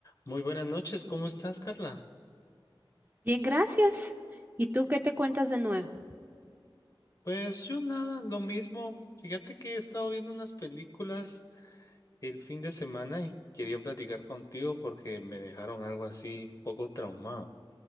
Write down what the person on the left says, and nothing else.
Muy buenas noches, ¿cómo estás, Carla?
Pues yo nada, lo mismo. Fíjate que he estado viendo unas películas el fin de semana y quería platicar contigo porque me dejaron algo así poco traumado.